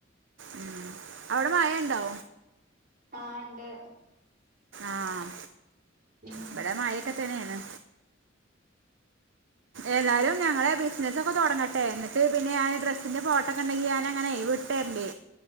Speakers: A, on the right; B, on the right.
A: ഉം അവിടെ മാഴ ഉണ്ടോ
B: ആഹ് ഇണ്ട്
A: ആഹ്
B: ഉം
A: ഇവിടെ മഴൊക്കെ തന്നെയാണ് ഏതാലും ഞങ്ങളെ ബിസിനസ് ഒക്കെ തുടങ്ങട്ടെ എന്നിട്ട് പിന്നെ ഞാൻ ഡ്രസ്സിന്റെ ഫോട്ടോക്കെ ഉണ്ടെങ്കി ഞാൻ അങ്ങനെ ചെയ്യും <unintelligible> വിട്ടരാണ്ട്